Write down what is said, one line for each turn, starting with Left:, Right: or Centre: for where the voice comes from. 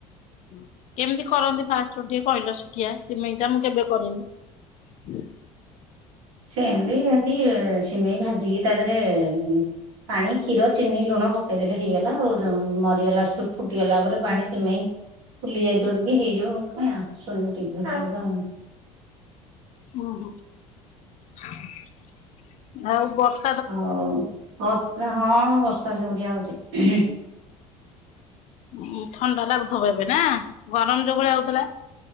Left: ହୁଁ, କେମିତି କରନ୍ତି ଫାଷ୍ଟ ରୁ ଟିକେ କହିଲ ଶୁଖିଆ ସିମେଇଟା ମୁଁ କେବେ କରିନି। ହୁଁ <unintelligible>
Right: ସେମତି ସେମତି ଏ, ସିମେଇ ଭାଜିକି ତା ଦେହରେ ଉଁ, ପାଣି କ୍ଷୀର ଚିନି ଲୁଣ ପକେଇଦେଲେ ହେଇଗଲା ଆଉ, ଯୋଉଁ ମରିଗଲା ଫୁଟ ଫୁଟିଗଲା ପରେ ପାଣି ସିମେଇ ଫୁଲି ଯାଇଥିବ ଟିକେ ହେଇଯିବ। କାଇଁ ଆସୁନି ଟିଭି <inaudible>
Left: ଅଁ, ହଁ ଆଉ ବର୍ଷ
Right: ହଉ ବର୍ଷା ହଁ ବର୍ଷା ଜରିଆ ହଉଛି।
Left: ନା ଥଣ୍ଡା ଲାଗୁଥୁବ ଏବେ ନା? ଗରମ ଯୋଉ ଭଳିଆ ହଉଥିଲା।